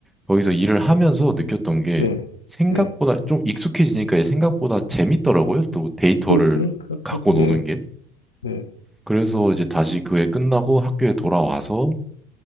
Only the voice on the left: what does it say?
네,
네,
그렇 그렇 그렇 그렇-
예,
네,